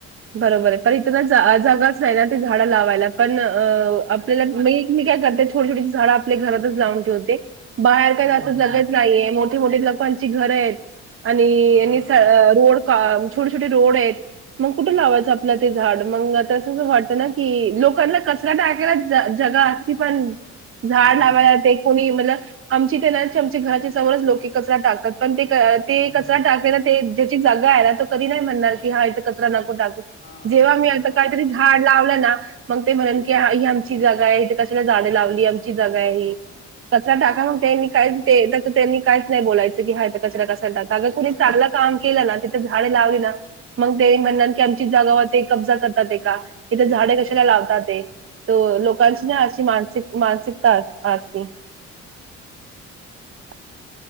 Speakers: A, on the right (about 45°); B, on the left (about 45°).
A: बरोबर आहे प इथं ना जागाच नाही ना ते झाडं लावायला. पण अ आपल्याला म मी काय करते छोटी छोटी झाड आपल्या घरातच लावून ठेवते बाहेर काही
B: हम्म
A: असं
B: हम्म
A: जगत
B: हम्म
A: नाहीये मोठीे मोठे लोकांची घर आहेत आणि
B: हा हा
A: रोड छोटे छोटे रोड आहेत मग कुठे लावायच. जपलं ते झाड मग आता अस वाटत ना की लोकांला कचरा टाकायला जगा असती पण झाड
B: हम्म
A: लावायला लागे कोणी म्हणल आमची ते ना आमच्या घराच्या समोरच लोके कचरा टाकतात. पण ते ते
B: हम्म
A: कचरा टाकाेला ते ज्याची जागा आहे ना तो कधी नाही म्हणणार की हा इथे कचरा नको टाकू.
B: हा
A: जेव्हा
B: झाडं
A: मी आता
B: लावा
A: काहीतरी
B: काही
A: झाड लावलं ना मग ते म्हणन की ही आमची जगा आहे इथे कशाला झाडे लावली.
B: हा
A: कचरा टाका म त्यांनी
B: म्हणजे
A: का त्यां काहीच नाही बोलायच क कचऱ कसा अग कुणी चांगला काम केलं ना तिथं झाडें लावली ना मग ते म्हणणार की आमची जागाव ते कब्जा करतात ते का इथे झाडे कशाला लावतात ते तो लोकांची
B: हा
A: ना अशी मानसिक मानसिक <unintelligible>